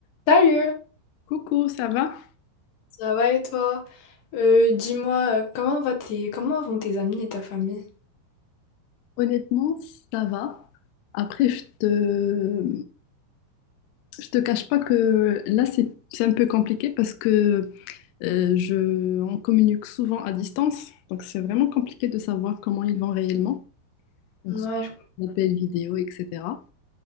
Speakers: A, on the left; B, on the left.
A: Salut!
B: Coucou, ça va?
A: Ça va et toi? Euh, dis-moi, euh, comment va tes... comment vont tes amis et ta famille?
B: Honnêtement, ça va. Après, je te, je te cache pas que là, c'est, c'est un peu compliqué parce que euh, je, on communique souvent à distance. Donc, c'est vraiment compliqué de savoir comment ils vont réellement. Donc,
A: Ouais,
B: soit on appelle vidéo, etc.